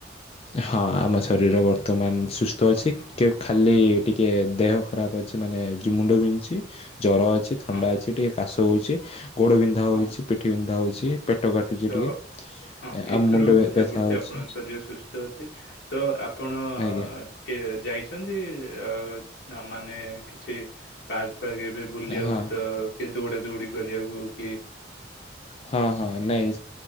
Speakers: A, on the left; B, on the left.
A: ହଁ ଆମ ଶରୀର ବର୍ତ୍ତମାନ ସୁସ୍ଥ ଅଛି। ଖାଲି ଟିକେ ଦେହ ଖରାପ ଅଛି ମାନେ ଯୋଗାଯୋଗ ମୁୁଣ୍ଡ ବିନ୍ଧୁଛି ଜର ଅଛି। ଥଣ୍ଡା
B: ହଁ
A: ଅଛି ଟିକେ କାଶ ହେଉଛି ଗୋଡ଼ ବିନ୍ଧା ହେଉଛି
B: ହଁ
A: ପିଠି ବିନ୍ଧା ହେଉଛି। ପେଟ କାଟୁଛି
B: ତ
A: ଟିକେ
B: ହଁ ଏଥିରୁ
A: ଆଉ ମୁଣ୍ଡ
B: ବୁଝା
A: ବ୍ୟଥା
B: ପଡୁଛି
A: ହଉଛି।
B: ଆପଣଙ୍କ ଶରୀର ସୁସ୍ଥ ଅଛି ତ ଆପଣ
A: ଆଜ୍ଞା
B: କିଏ ଯାଇଛନ୍ତି ଅ ମାନେ କିଛି ପାର୍କ? ଫେର ଏବେ ବୁଲିବାକୁ
A: ହଁ।
B: ତ କି ଦୌଡା ଦୌଡି କରିବାକୁ କିଏ
A: ହଁ, ହଁ। ନାଇଁ